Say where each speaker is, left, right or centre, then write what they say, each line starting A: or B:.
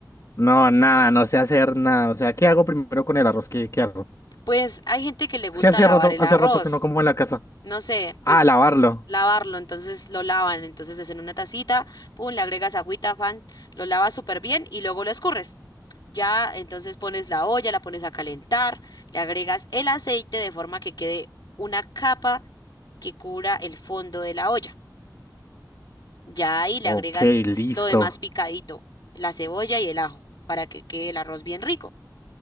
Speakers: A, on the left (about 45°); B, on the left (about 70°).
A: No, nada, no sé hacer nada. O sea, ¿qué hago primero con el arroz? ¿Qué, qué hago?
B: Pues hay gente que le gusta
A: Es que hace
B: lavar
A: rato,
B: el
A: hace
B: arroz,
A: rato que no como en la casa.
B: no sé,
A: Ah,
B: pues
A: lavarlo.
B: lavarlo, entonces lo lavan, entonces es en una tacita, pum, le agregas agüita, pan, lo lavas súper bien y luego lo escurres. Ya, entonces pones la olla, la pones a calentar, le agregas el aceite de forma que quede una capa que cubra el fondo de la olla. Ya ahí le agregas
A: Ok, listo.
B: lo demás picadito, la cebolla y el ajo, para que quede el arroz bien rico.